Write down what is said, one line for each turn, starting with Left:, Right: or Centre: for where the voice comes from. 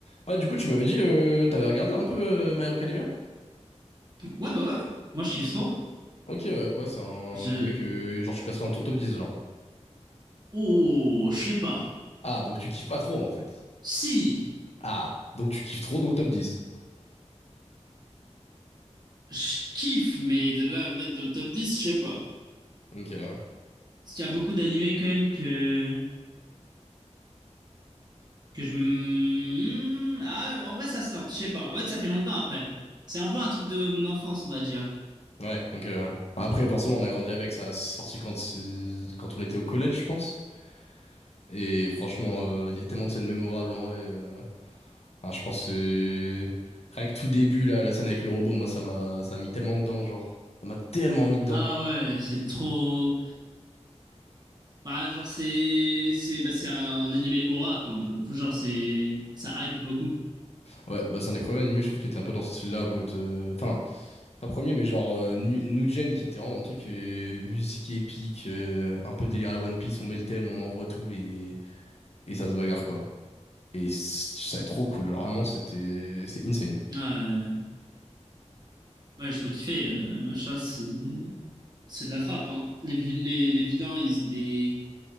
Left: Ouais, du coup, tu m'avais dit, euh, t'avais regardé un peu euh, My Hero Academia?
Right: Ouais, bah ouais. Moi, je kiffe trop.
Left: Ok, ouais, ouais, c'est un,
Right: Je.
Left: animé que genre tu placerais dans ton top 10 genre.
Right: Oh, je sais pas.
Left: Ah, donc tu kiffes pas trop en fait.
Right: Si,
Left: Ah, donc tu kiffes trop, donc top dix
Right: je kiffe, mais de là à me mettre dans le top 10 je sais pas.
Left: Ok, euh,
Right: Parce qu'il y a beaucoup d'animés quand même que. que je. m- hmm, Ah, en vrai, ça se tente, je sais pas. En fait, ça fait longtemps après. C'est un peu un truc de mon enfance, on va dire.
Left: ouais, donc. euh, Après, forcément, on a grandi avec ça. C'est sorti quand, c'est- quand on était au collège, je pense. Et franchement, euh, il y a tellement de scènes mémorables. hein, et, euh, ah, je pense que rien que tout début, là, la scène avec le robot, moi, ça m'a ça m'a mis tellement dedans, genre. Ça m'a tellement mis dedans.
Right: Ah ouais, c'est trop. Bah, genre, c'est. C'est bah, c'est un animé aura, quoi, un peu. Enfin, genre, c'est. Ça hype beaucoup.
Left: Ouais, bah c'est un des premiers animés, je trouve, qui était un peu dans ce style-là pour être. euh, Enfin, Pas premier, mais genre euh, Nu- New qui était vraiment dans le truc euh, musique épique, euh, un peu délire à la One Piece, on met le thème, on envoie tout et, et ça se bagarre quoi. Et c- ça est trop cool, genre vraiment c'était c'était insane.
Right: Ouais, ouais, j'ai trop kiffé. euh, MHA, c'est. c'est de la frappe, hein. Les, vi- les, les vilains, ils ont des.